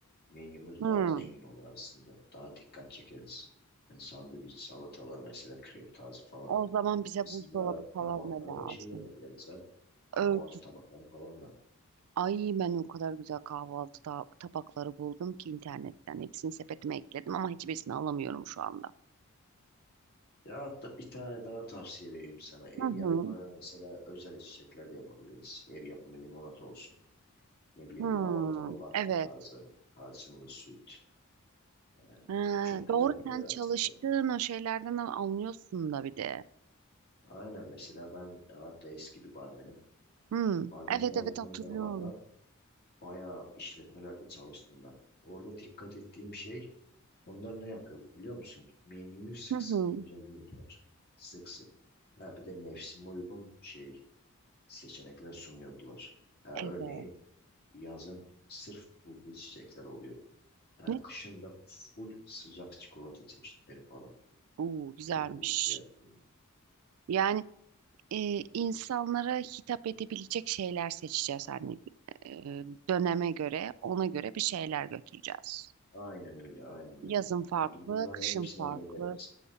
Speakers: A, on the left; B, on the right.
A: Menümüz
B: Hı.
A: daha zengin olur aslında. Daha dikkat çekeriz. Yani sandviç, salatalar mesela krep tarzı falan.
B: O zaman bize
A: Aslında
B: buzdolabı falan
A: tabaklara
B: da lazım.
A: da şey yapabiliriz ha. Kahvaltı
B: Öğüt.
A: tabakları falan da.
B: Ay ben o kadar güzel kahvaltı ta- tabakları buldum ki internetten. Hepsini sepetime ekledim ama hiçbirisini alamıyorum şu anda.
A: Ya hatta bir tane daha tavsiye vereyim sana. Ev
B: Hı hı.
A: yapımı mesela özel içecekler de yapabiliriz. Ev yapımı limonata olsun. Ne bileyim
B: Hı.
A: lavantalı latte
B: Evet.
A: tarzı. Tarçınlı süt. Ee,
B: Ee,
A: çok güzel
B: doğru
A: şeyler
B: sen
A: aslında.
B: çalıştığın o şeylerden al- anlıyorsun da bir de.
A: Aynen mesela ben e, hatta eski bir barmenim.
B: Hı.
A: Barmen
B: Evet
A: çalıştığım
B: evet hatırlıyorum.
A: zamanlar bayağı işletmelerde çalıştım ben. Orada dikkat ettiğim şey onlar ne yapıyordu biliyor musun? Menüyü sık
B: Hı
A: sık
B: hı.
A: güncelliyordular. Sık sık. Ha, bir de mevsime uygun şey seçenekler sunuyordular. Ha,
B: Evet.
A: örneğin yazın sırf bulgur çiçekler oluyordu. Ha,
B: Ne?
A: kışın da full sıcak çikolata çeşitleri falan.
B: Oo, güzelmiş.
A: Çok iyi bir şey aslında.
B: Yani e, insanlara hitap edebilecek şeyler seçeceğiz hani e, döneme göre, ona göre bir şeyler götüreceğiz.
A: Aynen öyle, aynen
B: Yazın
A: öyle.
B: farklı,
A: Yani biz bunların
B: kışın
A: hepsini
B: farklı.
A: hallederiz.